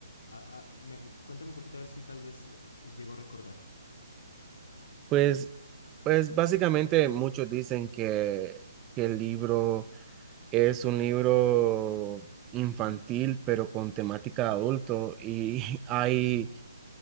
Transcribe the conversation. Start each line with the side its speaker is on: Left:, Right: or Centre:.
Left: Ah, ah, me- cuéntame un poquito a ver si tal vez eh, llego a recordar.
Right: Pues, pues básicamente muchos dicen que, que el libro es un libro infantil, pero con temática de adulto y <laughs> hay